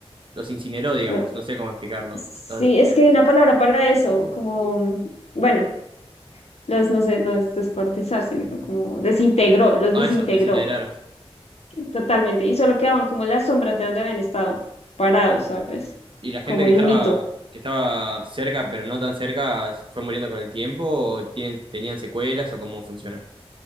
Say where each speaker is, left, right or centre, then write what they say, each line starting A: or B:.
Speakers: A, on the right; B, on the left.
A: los incineró, digamos.
B: No,
A: No sé cómo explicarlo.
B: sí,
A: Los-
B: es que hay una palabra para eso, como, bueno. Los, no sé, no es descuartizar, sino como desintegró, los
A: ah,
B: desintegró
A: eso, desintegrar.
B: totalmente. Y solo quedaban como las sombras de donde habían estado parados, ¿sabes?
A: ¿Y la gente
B: Como
A: que
B: el
A: estaba,
B: humito.
A: que estaba cerca, pero no tan cerca, fue muriendo con el tiempo? ¿O tienen- tenían secuelas o cómo funciona?